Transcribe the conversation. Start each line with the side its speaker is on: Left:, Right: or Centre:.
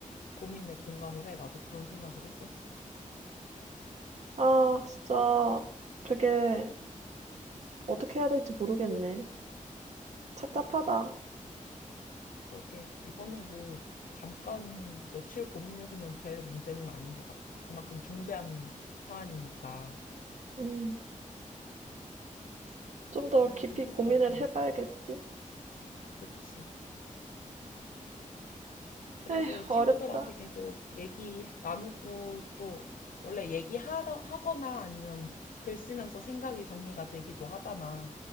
Left: 고민에 공감을 해. 나도 그런 생각을 했었어.
Right: 아 진짜 되게 어떻게 해야 될지 모르겠네. 착잡하다.
Left: 그러게 이거는 뭐 잠깐 며칠 고민해서는 될 문제는 아닌 것 같다. 그만큼 중대한 사안이니까.
Right: 음. 좀 더
Left: 그래서
Right: 깊이
Left: 친구들한테,
Right: 고민을 해 봐야겠지.
Left: 그치. 그래도
Right: 에휴
Left: 친구들한테
Right: 어렵다.
Left: 계속 얘기 나누고 또 원래 얘기하거나 아니면 글 쓰면서 생각이 정리가 되기도 하잖아.